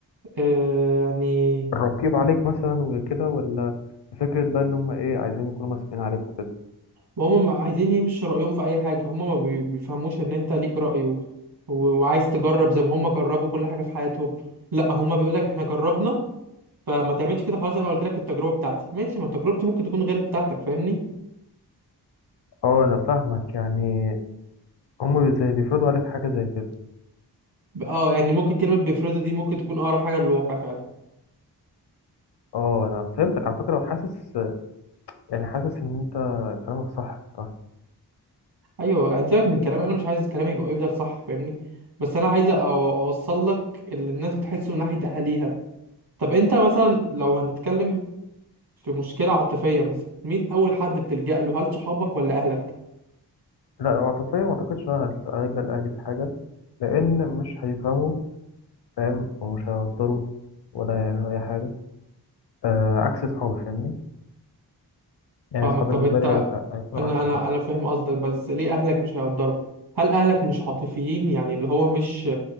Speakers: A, on the right; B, on the left.
A: آه يعني
B: الرقيب عليك مثلا وكده ولا فكره بقى ان هم ايه عايزين يكونوا مسؤولين عليك وكده
A: وهم عايزين يمشوا رأيهم في أي حاجة هم ما بي- بيفهموش إن أنت ليك رأي و- و- وعايز تجرب زي ما هم جربوا كل حاجة في حياتهم لا هم بيقولك إحنا جربنا فما تعملش كده خلاص أنا قلت لك التجربة بتاعتي ماشي ما تجربتي ممكن تكون غير بتاعتك فاهمني
B: اه انا فاهمك يعني هم بي- زي بيفرضوا عليك حاجه زي كده
A: ب- اه يعني ممكن كلمة بيفرضوا دي ممكن تكون أقرب حاجة للواقع فعلا
B: اه انا فهمتك على فكره وحاسس يعني حاسس ان انت كلامك صح بصراحه
A: ايوه يعني سيبك من كلام انا مش عايز كلامي يبقى يفضل صح فاهمني بس انا عايز أو- اوصل لك اللي الناس بتحسه من ناحيه اهاليها طب انت مثلا لو هنتكلم في مشكله عاطفيه مثلا مين اول حد بتلجأ له هل صحابك ولا اهلك
B: لا لو عاطفيه ما اعتقدش ان انا هرجع لاهلي في حاجه لان مش هيفهموا فاهم ومش هيقدروا ولا هيعملوا اي حاجه آه عكس صحابي فاهمني يعني
A: فاهمك
B: صحابي
A: طب
B: بالنسبة
A: انت
B: لي هيك- هيكونوا
A: انا
B: أحسن
A: انا
B: يعني
A: انا فاهم قصدك بس ليه اهلك مش هيقدروا هل اهلك مش عاطفيين يعني اللي هو مش